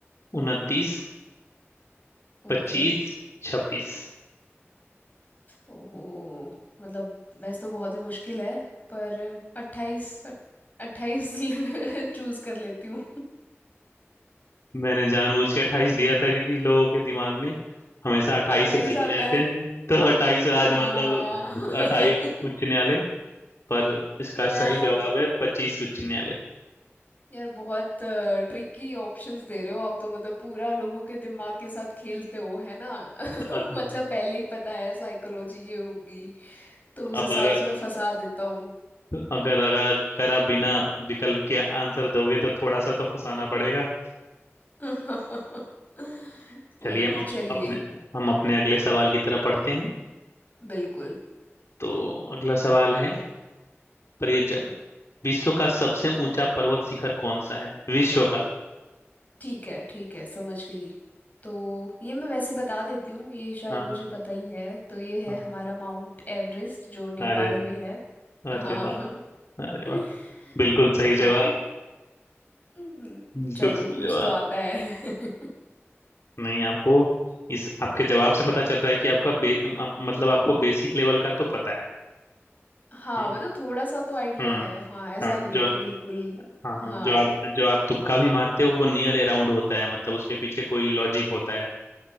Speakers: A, on the left; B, on the left.
A: उनतीस पच्चीस
B: ओके
A: छब्बीस
B: ओहो मतलब वैसे तो बहुत ही मुश्किल है पर अट्ठाईस अट्ठाईस चूज <laughs> कर लेती हूँ
A: मैंने जानबूझ के अट्ठाईस दिया था क्योंकि लोगों के दिमाग में हमेशा अट्ठाईस
B: अट्ठाईस
A: <laughs> राज्य
B: आता
A: रहते
B: है
A: हैं तो अट्ठाईस राज्य
B: हाँ
A: मतलब
B: <laughs>
A: अट्ठाईस उच्च न्यायालय पर इसका
B: यार
A: सही जवाब है पच्चीस उच्च न्यायालय
B: यार बहुत ट्रिकी ऑप्शंस दे रहे हो आप तो मतलब पूरा लोगों के दिमाग के साथ खेलते हो है ना <laughs>
A: अगर
B: मतलब पहले ही पता है साइकोलॉजी ये होगी तो उस
A: अब
B: हिसाब
A: अगर
B: से मैं फंसा देता हूँ
A: अगर अगर अगर आप बिना विकल्प के आंसर दोगे तो थोड़ा सा तो फंसाना पड़ेगा
B: <laughs> कोई
A: चलिए
B: नहीं
A: हम अप-
B: चलिए
A: अपने हम अपने अगले सवाल की तरफ बढ़ते हैं
B: बिल्कुल
A: तो अगला सवाल है पर ये जा- विश्व का सबसे ऊंचा पर्वत शिखर कौन सा है विश्व का
B: ठीक है ठीक है समझ गई तो ये मैं वैसे बता देती हूँ ये शायद
A: हाँ
B: मुझे पता ही है तो ये है
A: हाँ
B: हमारा माउंट एवरेस्ट जो नेपाल
A: अरे
B: में है
A: अरे
B: हाँ
A: वाह अरे
B: <laughs>
A: वाह बिल्कुल सही
B: हाँ
A: जवाब
B: हम्म,
A: बिल्कुल
B: चलो
A: सही
B: कुछ
A: जवाब
B: तो आता है <laughs>
A: नहीं आपको इस आपके जवाब से पता चल रहा है कि आपका बे, आप, मतलब आपको बेसिक लेवल का तो पता है
B: हाँ
A: हम्म
B: मतलब थोड़ा सा तो आइडिया
A: हम्म
B: है हाँ ऐसा
A: हाँ
B: नहीं है
A: जो
B: कि बिल्कुल
A: हाँ
B: हाँ
A: जो आप जो आप तुक्का भी मारते हो वो नियर अराउंड होता है मतलब उसके पीछे कोई लॉजिक होता है